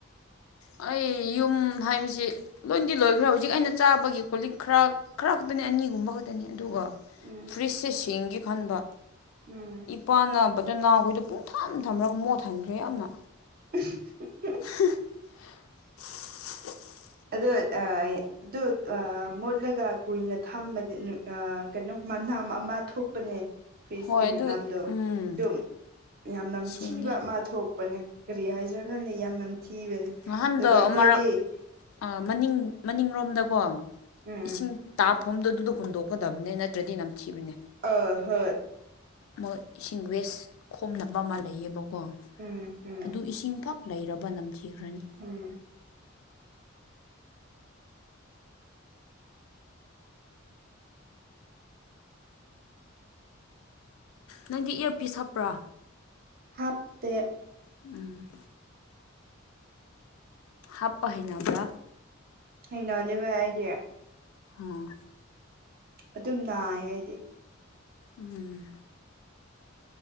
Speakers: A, on the left; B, on the right.
A: ꯑꯩ ꯍꯥꯏꯕꯁꯤ ꯂꯣꯏꯗꯤ ꯂꯣꯏꯈ꯭ꯔꯦ ꯍꯧꯖꯤꯛ ꯑꯩꯅ ꯆꯥꯕꯒꯤ ꯀꯣꯂꯤꯛ ꯈꯔ ꯈꯔ ꯈꯛꯇꯅꯤ ꯑꯅꯤꯒꯨꯝꯕ ꯈꯛꯇꯅꯤ ꯑꯗꯨꯒ
B: ꯎꯝ
A: ꯐ꯭ꯔꯤꯖꯁꯦ ꯁꯦꯡꯒꯦ ꯈꯟꯕ
B: ꯎꯝ
A: ꯏꯄꯥꯅ ꯕꯗꯅ ꯍ‌ꯣꯏꯗꯨ ꯄꯨꯡ ꯊꯝ ꯊꯝꯔꯒ ꯃꯣꯠ ꯊꯟꯈ꯭ꯔꯦ ꯌꯥꯝꯅ
B: <unintelligible> <inaudible>
A: <unintelligible> <inaudible>
B: ꯑꯣ ꯑꯗꯨ ꯃꯣꯠꯂꯒ ꯀꯨꯏꯅ ꯊꯝꯕꯗꯤ ꯀꯩꯅꯣ ꯃꯅꯥꯝ ꯑꯃ ꯊꯣꯛꯄꯅꯦ ꯐ꯭ꯔꯤ ꯏꯁꯀꯤꯝ
A: ꯍꯣꯏ ꯑꯗꯨ
B: ꯃꯅꯥꯝꯗꯣ
A: ꯎꯝ
B: ꯑꯗꯨꯝ ꯌꯥꯝ ꯅꯝꯊꯤꯕ
A: ꯁꯦꯡꯒꯦ
B: ꯑꯃ ꯊꯣꯛꯄꯅꯦ ꯀꯔꯤ ꯍꯥꯏꯖ꯭ꯔꯀꯥꯟꯗ ꯌꯥꯝ ꯅꯝꯊꯤꯕꯅꯤ
A: ꯅꯍꯥꯟꯗꯣ
B: ꯑꯗꯨꯒ ꯑꯩꯈꯣꯏ
A: ꯑꯃꯔꯛ
B: ꯍꯣꯏꯗꯤ
A: ꯃꯅꯤꯡ ꯃꯅꯤꯡꯂꯣꯝꯗꯀꯣ
B: ꯎꯝ
A: ꯏꯁꯤꯡ
B: ꯎꯝ
A: ꯇꯥꯞ ꯐꯣꯝꯗꯣ ꯑꯗꯨꯗ ꯍꯨꯟꯗꯣꯛꯀꯗꯕꯅꯦ ꯅꯠꯇ꯭ꯔꯗꯤ ꯌꯥꯝꯝ ꯊꯤꯕꯅꯦ
B: ꯑ ꯍꯣꯏ
A: ꯃꯣꯏ ꯏꯁꯤꯡ ꯋꯦꯁ ꯈꯣꯝꯅꯕ ꯑꯃ ꯂꯩꯌꯦꯕꯀꯣ
B: ꯎꯝ ꯎꯝ
A: ꯑꯗꯨ ꯏꯁꯤꯡ ꯐꯛ ꯂꯩꯔꯕ ꯅꯝꯊꯤꯈ꯭ꯔꯅꯤ
B: ꯎꯝ
A: ꯅꯪꯗꯤ ꯏꯌꯔꯄꯤꯤꯁ ꯍꯥꯞꯄ꯭ꯔꯥ
B: ꯍꯥꯞꯇꯦ
A: ꯎꯝ ꯍꯥꯞꯄ ꯍꯩꯅꯕ꯭ꯔꯥ
B: ꯍꯩꯅꯅꯦꯕ ꯍꯥꯏꯒꯦ
A: ꯑ <unintelligible> <inaudible>
B: ꯑꯗꯨꯝ ꯅꯥꯏꯌꯦ ꯍꯥꯏꯗꯤ
A: ꯎꯝ